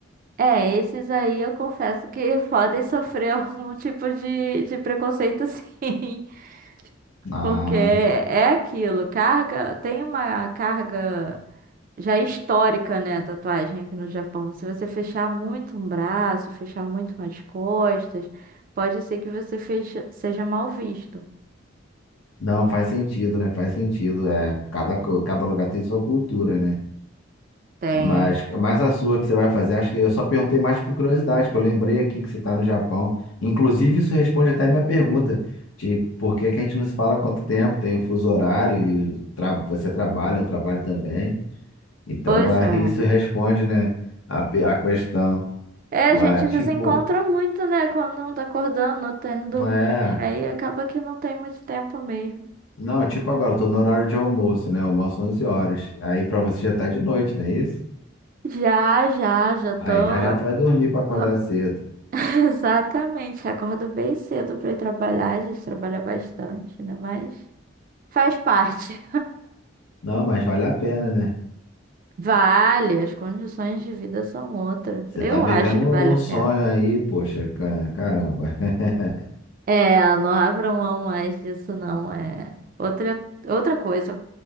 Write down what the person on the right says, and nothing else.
É, esses aí eu confesso que <laughs> podem sofrer algum tipo de, de preconceito, sim. <laughs>
Porque é aquilo, carga, tem uma carga já histórica, né, tatuagem aqui no Japão. Se você fechar muito um braço, fechar muito umas costas, pode ser que você feche- seja mal visto.
Tem.
Pois
é.
É,
a gente
desencontra muito, né, quando não tá acordando, não tá indo dormir,
aí acaba que não tem muito tempo mesmo.
Já, já, já tô.
<coughs>
<laughs> Exatamente, acordo bem cedo pra ir trabalhar. A gente trabalha bastante, né? Mas faz parte. <laughs>
Vale, as condições de vida são outras.
Eu
acho que vale a
pena.
É, não abro mão mais disso, não. É outra, outra coisa.